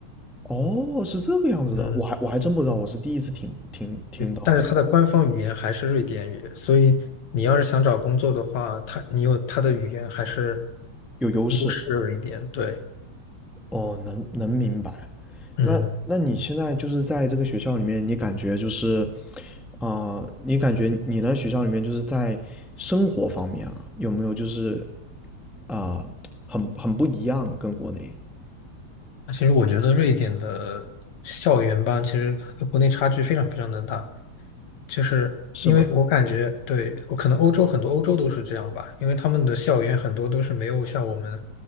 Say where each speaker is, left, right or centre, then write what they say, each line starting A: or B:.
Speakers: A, in the centre; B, on the left.
A: 哦，是这个样子的，
B: 嗯，
A: 我还我还真不知道，我是第一次听听听到这个
B: 对但是它的官方语言还是瑞典语，所以你要是想找工作的话，它你有它的语言还是
A: 有优势。
B: 优势一点，对。
A: 哦，能能明白。
B: 嗯。
A: 那那你现在就是在这个学校里面，你感觉就是啊、你感觉你那学校里面就是在生活方面啊，有没有就是啊、很很不一样，跟国内
B: 其实我觉得瑞典的校园吧，其实跟国内差距非常非常的大，就是因为我感觉，
A: 是吗？
B: 对，我可能欧洲很多欧洲都是这样吧，因为他们的校园很多都是没有像我们